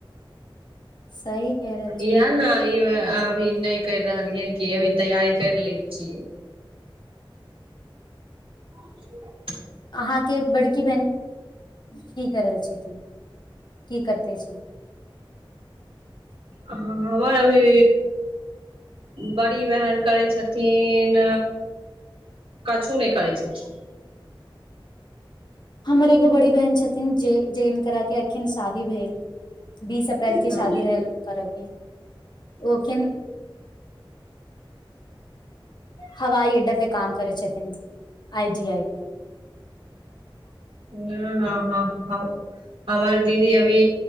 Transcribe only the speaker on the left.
सही कहि रहल छी
अहाँके बड़की बहिन की करैल छथिन की करते छै
हमरे बड़ी बहन छथिन जे जेन तरह के अखन शादी भेल बीस अप्रैल के
शादी रहल हुनकर अग ओ के हवाई अड्डा पे काम करै छथिन आई जी आई पे